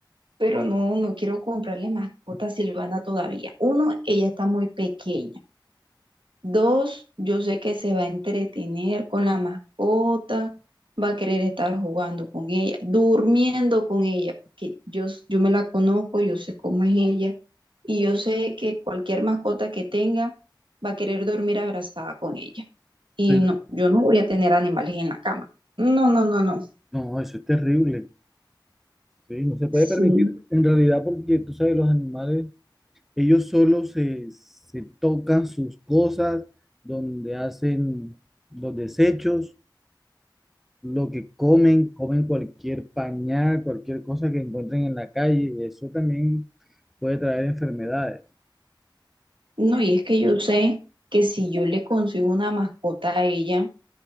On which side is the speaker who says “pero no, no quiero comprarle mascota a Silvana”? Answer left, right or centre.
Right